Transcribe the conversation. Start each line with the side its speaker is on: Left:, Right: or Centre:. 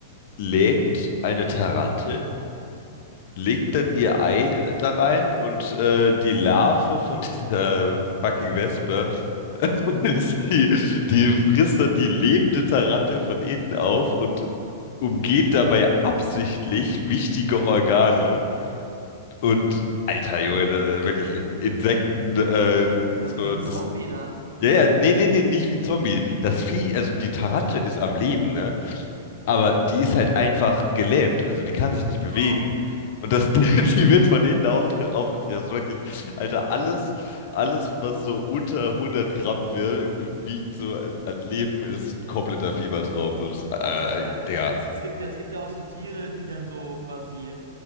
Left: lähmt eine Tarantel legt dann ihr Ei äh, da rein und äh, die Larve von <laughs> dieser fucking Wespe, <laughs> die, die frisst dann die lebende Tarantel von innen auf und umgeht dabei absichtlich wichtige Organe. Und alter Junge, da wirklich In Insekten, äh,
Right: Quasi
Left: so
Right: wie ein
Left: das.
Right: Zombie dann.
Left: Ja, ja, nee, nee, nee, nicht wie ein Zombie. Das Vieh, also die Tarantel ist am Leben, ne? Aber die ist halt einfach gelähmt. Also die kann sich nicht bewegen.
Right: Och,
Left: Und das, <laughs> die wird von innen auf, aufgefressen. Wirklich, Alter, alles, alles, was so unter hundert Gramm wird, wiegt so an, an Leben, ist ein kompletter Fiebertraum. Und, äh,
Right: aber da,
Left: Digga.
Right: es, es gibt ja, es gibt ja auch so Tiere, die dann so quasi